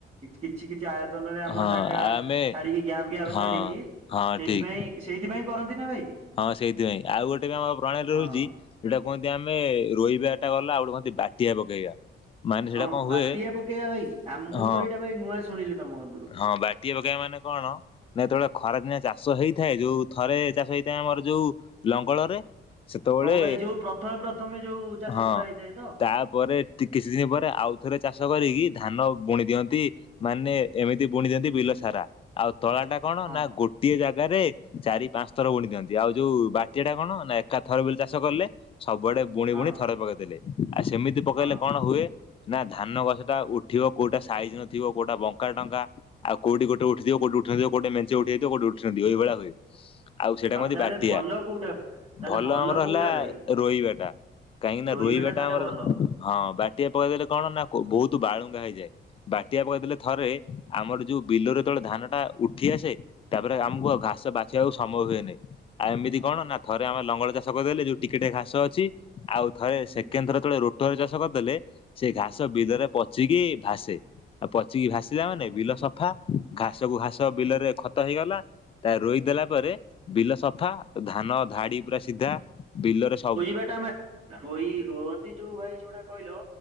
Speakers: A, on the right; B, on the left.
A: କିଛି କିଛି ଆୟୋଜନ ରେ ଆମର
B: ହଁ
A: ଜାଗା
B: ଆମେ
A: ଛାଡ଼ିକି ଗ୍ୟାପ୍ ଗ୍ୟାପ୍
B: ହଁ
A: ଛାଡ଼ିକି
B: ହଁ
A: ସେଇଥିପାଇଁ
B: ଠିକ
A: ସେଇଥିପାଇଁ କରନ୍ତି ନା ଭାଇ?
B: ହଁ ସେଇଥିପାଇଁ ଆଉ ଗୋଟେ ବି ଆମ ପ୍ରଣାଳୀ ରହୁଛି
A: ହଁ।
B: ସେଉଟା କୁହନ୍ତି ଆମେ ରୋଇବାଟା ଗଲା ଆଉ ଗୋଟେ କୁହନ୍ତି ବାଟିଆ ପକେଇବା ମାନେ
A: ହଁ
B: ସେଇଟା କଣ
A: ବାଟିଆ
B: ହୁଏ
A: ପକେଇବା ଭାଇ ଆ ମୁଁ
B: ହଁ
A: ତ ଏଇଟା ଭାଇ ନୂଆ ଶୁଣିଲି ତମ କତୁରୁ
B: ହଁ ବାଟି ପକେଇବା ମାନେ କଣ? ନେ ଯେତେବେଳେ ଖରାଦିନିଆ ଚାଷ ହେଇଥାଏ ଯୋଉ ଥରେ ଚାଷ ହେଇଥାଏ ଆମର ଯୋଉ ଲଙ୍ଗଳରେ ସେତେବେଳେ
A: ହଁ ଭାଇ ଯୋଉ ପ୍ରଥମେ ପ୍ରଥମେ ଯୋଉ ଚାଷ
B: ହଁ
A: କରାହେଇଥାଏ ତ
B: ତାପରେ କିଛି ଦିନ ପରେ ଆଉଥରେ ଚାଷ କରିକି ଧାନ ବୁଣି ଦିଅନ୍ତି ମାନେ ଏମିତି ବୁଣି ଦିଅନ୍ତି ବିଲ ସାରା ଆଉ ତଳା ଟା କଣ
A: ହଁ
B: ନା ଗୋ ଗୋଟିଏ ଜାଗାରେ ଚାରି ପାଞ୍ଚ ଥର ବୁଣି ଦିଅନ୍ତି ଆଉ ଯୋଉ ବାଟିଆ ଟା କଣ ନା ଏକା ଥର ବିଲ ଚାଷ କଲେ ସବୁଆଡ଼େ ବୁଣି
A: ହଁ
B: ବୁଣି ଥରେ ପକେଇଦେଲେ ଆଉ ସେମିତି ପକେଇଲେ
A: ହଁ।
B: କଣ ହୁଏ? ନା ଧାନ ଗଛଟା ଉଠିବ କୋଉଟା ସାଇଜ୍ ନଥିବ କୋଉଟା ବ କା ଟଙ୍କା ଆଉ କୋଉଠି ଗୋଟେ ଉଠିଥିବ କୋଉଠି ଉଠିନଥିବ କୋଉଠି ମେଞ୍ଚେ ଉଠିଯାଇଥିବ କୋଉଠି ଉଠିନଥିବ ଏଇ ଭଳିଆ ହୁଏ। ଆଉ ସେଟାକୁ କହନ୍ତି
A: ତାହେଲେ
B: ବାଟିଆ
A: ଭଲ କୋଉଟା ତାହେଲେ
B: ଭଲ ଆମର
A: କୋଉଟା
B: ହେଲା
A: ଭାଇ
B: ରୋଇବାଟା। କାହିଁକି ନା
A: ରୋଇବା
B: ରୋଇବାଟା
A: ଟା ତାହେଲେ
B: ଆମର
A: ଭଲ।
B: ହଁ ବାଟିଆ ପକେଇଦେଲେ କଣ ନା କୋ ବୋହୁତ ବାଳୁଙ୍ଗା ହେଇଯାଏ ବାଟିଆ ପକେଇଦେଲେ ଥରେ ଆମର ଯୋଉ ବିଲରେ ଯେତେବେଳେ ଧାନଟା ଉଠି ଆସେ ତାପରେ ଆମୁକୁ ଆଉ ଘାସ ବାଛିବାକୁ ସମୟ ହୁଏ ନେଇଁ। ଆଉ ଏମିତି
A: ହଁ
B: କଣ ନା ଥରେ ଆମେ ଲଙ୍ଗଳ ଚାଷ କରିଦେଲେ ଏଇ ଯୋଉ ଟିକେ ଟିକେ ଘାସ ଅଛି ଆଉ ଥରେ
A: ହଁ।
B: ସେକେଣ୍ଡ ଥର ଯେତେବେଳେ ରୋଟରରେ ଚାଷ କରିଦେଲେ ସେ ଘାସ ବିଲରେ ପଚିକି ଭାସେ ଆଉ ପଚିକି ଭାସିଲା ମାନେ ବିଲ ସଫା ଘାସ କୁ ଘାସ ବିଲରେ ଖତ ହେଇଗଲା ତାପରେ ରୋଇଦେଲା ପରେ ବିଲ ସଫା ଧାନ ଧାଡି ପୁରା ସିଧା ବିଲରେ ସବୁ
A: ତ ଏଟା ଆମେ ରୋଇ ରୁଅନ୍ତି ଯୋଉ ଭାଇ ଯୋଉଟା କହିଲ